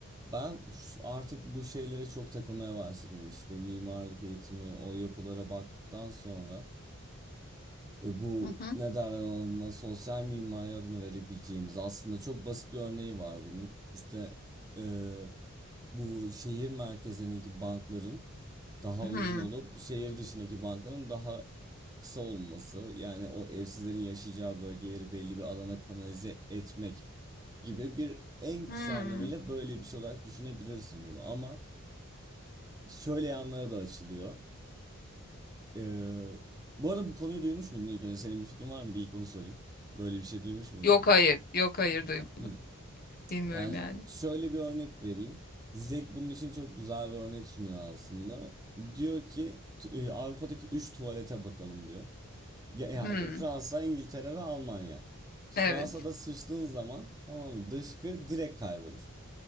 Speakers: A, on the right (about 15°); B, on the left (about 45°).
A: Ben şu- artık bu şeylere çok takılmaya başladım. işte mimarlık eğitimi, o yapılara baktıktan sonra e, bu
B: Hı hı.
A: ne derler ona sosyal mimari adını verebileceğimiz aslında çok basit bir örneği var bunun. İşte e, bu şehir merkezlerindeki bankların daha uzun
B: Hı.
A: olup şehir dışındaki bankların daha kısa olması yani o evsizlerin yaşayacağı bölgeleri belli bir alana kanalize etmek gibi bir en
B: Hı.
A: kısa anlamıyla böyle bir şey olarak düşünebilirsin bunu ama şöyle yanlara da açılıyor. Ee, bu arada bu konuyu duymuş muydun ilk önce? Senin bir fikrin var mıydı? İlk onu sorayım. Böyle bir şey duymuş muydun?
B: Yok hayır. Yok hayır duyum.
A: Hı.
B: Bilmiyorum
A: Yani
B: yani.
A: şöyle bir örnek vereyim. Zek bunun için çok güzel bir örnek sunuyor aslında. Diyor ki tu- e, Avrupa'daki 3 tuvalete bakalım diyor. Ya, ya
B: Hı.
A: Fransa, İngiltere ve Almanya. Fransa'da
B: Evet.
A: sıçtığın zaman tamam mı? Dışkı direkt kaybolur.